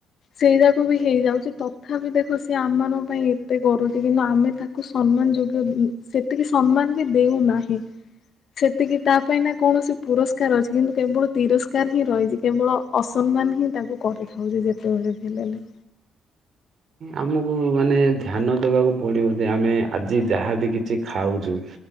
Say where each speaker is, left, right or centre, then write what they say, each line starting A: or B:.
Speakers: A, on the left; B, on the right.
A: ସେଇରାକୁ ବି ହେଇଯାଉଛି ତଥାପି ଦେଖ ସିଏ ଆମମାନଙ୍କ ପାଇଁ ଏତେ କରୁଛି କିନ୍ତୁ ଆମେ ତାକୁ କୁ ସମ୍ମାନ ଯୋଗ୍ୟ ସେତିକି ସମ୍ମାନ ବି ଦୋଉନାହିଁ। ସେତିକି ତା ପାଇଁ ନା କୌଣସି ପୁରସ୍କାର କାର ଅଛି କିନ୍ତୁ କେବଳ ତିରସ୍କାର ହିଁ ରହିଛି କେବଳ ଅସମ୍ମାନ ହିଁ ତାକୁ କରିଥାଉ ଯେତେବେଳେ ବି ହେଲେ।
B: ଆମକୁ ମାନେ ଧ୍ୟାନ ଦବାକୁ ପଡିବ ଯେ ଆମେ ଆଜି ଯାହାବ କିଛି ଖାଉଛୁ-